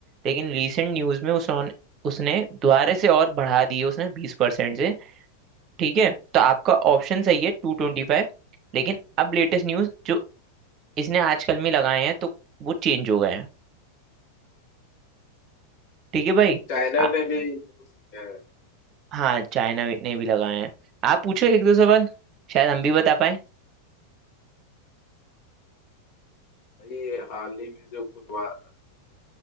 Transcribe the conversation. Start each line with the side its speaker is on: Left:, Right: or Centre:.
Right: लेकिन रिसेंट न्यूज में उसने उसने दोबारा से और बढ़ा दिए उसने बीस परसेंट से ठीक है तो आपका ऑप्शन सही है टू ट्वेंटी फाइव लेकिन अब लेटेस्ट न्यूज जो इसने आजकल में लगाए हैं तो वो चेंज हो गए हैं ठीक है भाई
Left: China
Right: आ,
Left: ने भी उस- है।
Right: हाँ चाइना ने भी लगाए हैं आप पूछो एक दो सवाल शायद हम भी बता पाए
Left: भाई हाल ही में जो पुलवा अटैक